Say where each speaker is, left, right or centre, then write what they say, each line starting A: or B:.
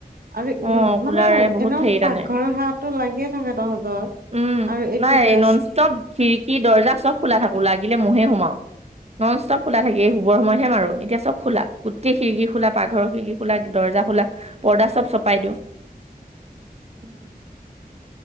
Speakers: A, on the right (about 70°); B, on the right (about 40°).
A: আৰু
B: অ',
A: উম,
B: কুলাৰে
A: মানে
B: বহুত
A: এনেও
B: হেৰি টানে
A: পাকঘৰৰ হাৱাটো লাগিয়ে থাকে তহঁতৰ।
B: উম,
A: আৰু এইটোকে
B: নাই নন ষ্টপ খিৰকি, দৰ্জা চব খোলা থাকো। লাগিলে মহে সোমাও। ননষ্টপ খোলা থাকে। শুবৰ সময়তহে মাৰো। এতিয়া চব খোলা। গোটেই খিৰকি খোলা, পাকঘৰ খিৰিকি খোলাক। দৰ্জা খোলাক, পৰ্দা চব চপাই দিওঁ।
A: উম।